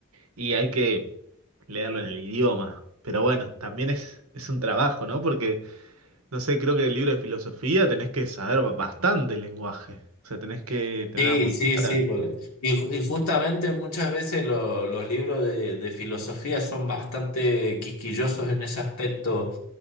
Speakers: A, on the right (about 80°); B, on the left (about 85°).
A: y hay que leerlo en el idioma. Pero bueno, también es, es un trabajo, ¿no? Porque... No sé, creo que el libro de filosofía tenés que saber bastante lenguaje. O sea, tenés que tenerla
B: Sí,
A: muy
B: sí,
A: clara.
B: sí. porque- Y, y justamente muchas veces lo- los libros de, de filosofía son bastante quisquillosos en ese aspecto,